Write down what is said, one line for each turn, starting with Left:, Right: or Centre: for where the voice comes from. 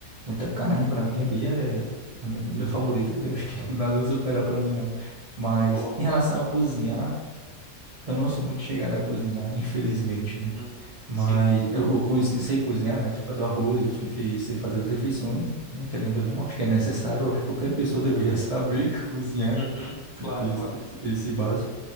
Right: muita carne. Para mim ali é a minha comida favorita, velho. Acho que <laughs> nada supera para mim, não. Mas
Left: Boa.
Right: em relação a cozinhar, eu não sou muito chegado a cozinhar, infelizmente,
Left: Uhum.
Right: né? Mas
Left: Sim.
Right: eu, eu cozi- sei cozinhar, né? Fazer o arroz, enfim, fez- sei fazer as refeições, né? Querendo ou não, acho que é necessário, acho que qualquer pessoa deveria <laughs> saber cozinhar
Left: Uhum. Claro,
Right: e ter
Left: claro.
Right: esse, esse- esse básico.